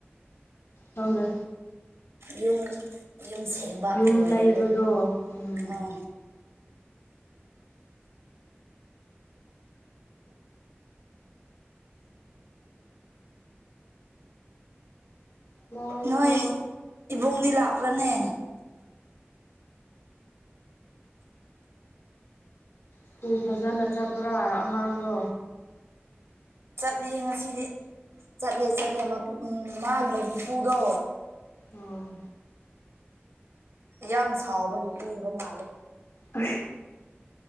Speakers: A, on the left; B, on the right.
A: ꯊꯪꯗ
B: ꯌꯨꯝ ꯌꯨꯝ ꯁꯦꯡꯕ
A: ꯌꯨꯝ
B: ꯑꯣꯏꯔꯦꯀꯣ
A: ꯇꯩꯕꯗꯣ ꯎꯝ
B: ꯑꯥ
A: ꯂꯥ
B: ꯅꯣꯏ
A: ꯂꯥ
B: ꯏꯕꯨꯡꯗꯤ ꯂꯥꯛꯄ꯭ꯔꯅꯦ
A: ꯁ꯭ꯀꯨꯜ ꯐꯖꯅ ꯆꯠꯄ꯭ꯔꯥ ꯑꯉꯥꯡꯗꯣ
B: ꯆꯠꯂꯤ ꯉꯁꯤꯗꯤ ꯆꯠꯂꯦ ꯆꯠꯂꯦ ꯎꯝ ꯃꯥꯒꯤꯠ ꯄꯨꯗ
A: ꯑꯣ
B: ꯌꯥꯝ ꯁꯥꯎꯕꯒꯤ ꯀꯤꯕ ꯃꯥꯜꯂꯦ
A: ꯍ